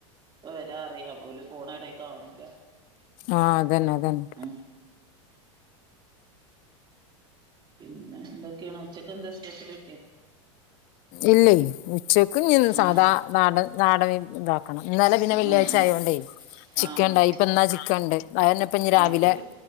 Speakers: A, on the right; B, on the left.
A: ഇപ്പ വരാറയും ഓല് പോണ എടേം കാണൂല
B: ആഹ് അതന്നെ അതന്നെ
A: ഉം പിന്നെന്തൊക്കെയാണ് ഉച്ചക്ക് എന്താ സ്പെഷ്യല്?
B: ഇല്ലേ ഉച്ചക്കുഞ്ഞും
A: ആഹ്
B: സാദാ നാടൻ നാടൻ വി ഇതാ ഇന്നലെ പിന്നെ വെള്ളിയാഴ്ചയായോണ്ടേ
A: ആഹ് ആഹ്
B: ചിക്കൻ
A: ആഹ്
B: ഇണ്ടായി. ഇപ്പ ഇന്നാ ചിക്കൻണ്ട് അതന്നെ ഇപ്പഞ്ഞി രാവിലെ
A: അത് ശരി